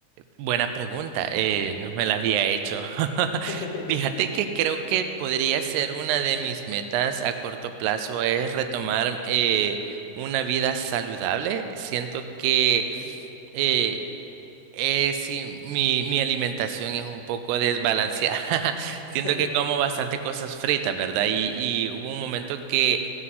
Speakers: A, on the right; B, on the left.
A: Buena pregunta, eh, no me la había hecho. <laughs>
B: <laughs>
A: Fíjate que creo que podría ser una de mis metas a corto plazo es retomar eh, una vida saludable. Siento que
B: Mm,
A: eh, eh, sí, mi, mi alimentación es un poco desbalanceada. <laughs> Siento
B: <laughs>
A: que como bastante cosas fritas, ¿verdad? Y, y hubo un momento que